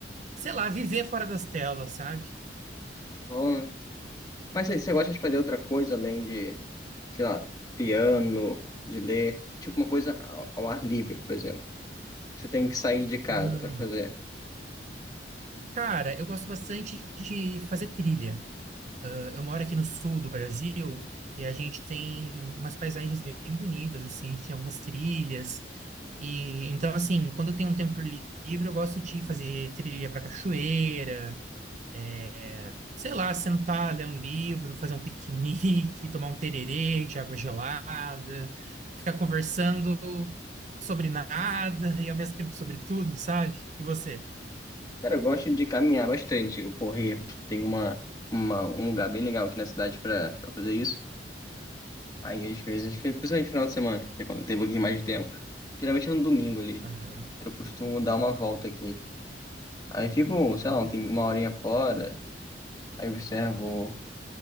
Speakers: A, on the right; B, on the left.
A: sei lá, viver fora das telas, sabe?
B: Bom, né? Mas você gosta de fazer outra coisa além de, sei lá, piano, de ler, tipo uma coisa ao, ao ar livre, por exemplo. Você tem que sair de casa
A: Hum.
B: pra fazer.
A: Cara, eu gosto bastante de fazer trilha. Eu moro aqui no sul do Brasil e a gente tem umas paisagens bem bonitas, assim, a gente tem algumas trilhas. E então, assim, quando eu tenho um tempo li- livre, eu gosto de fazer trilha para cachoeira, é, sei lá, sentar, ler um livro, fazer um piquenique, <laughs> tomar um tererê de água gelada, ficar conversando sobre nada e ao mesmo tempo sobre tudo, sabe? E você?
B: Cara, eu gosto de caminhar bastante, eu correr. Tem uma, uma, um lugar bem legal aqui na cidade pra, pra fazer isso. Aí às vezes, principalmente no final de semana, que é quando tem um pouquinho mais de tempo. Geralmente é no domingo ali.
A: Aham,
B: eu costumo dar uma volta aqui. Aí fico, sei
A: ah,
B: lá, um tem- uma horinha fora, aí observo